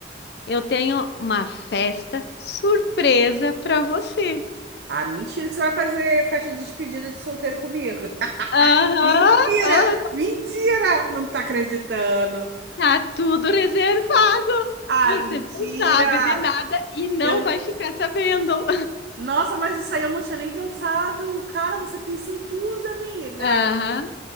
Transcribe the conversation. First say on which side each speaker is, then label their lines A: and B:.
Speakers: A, on the left; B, on the right.
A: eu tenho uma festa surpresa para você.
B: Ah, mentira que você vai fazer festa de despedida de solteiro comigo. <laughs>
A: Aham,
B: Mentira!
A: aham.
B: Mentira! Não tá acreditando.
A: Tá tudo reservado.
B: Ah,
A: Você
B: mentira!
A: não sabe de nada e não
B: Eu...
A: vai ficar sabendo.
B: Nossa, mas isso aí eu não tinha nem pensado. Cara, você pensa em tudo, amiga.
A: Aham,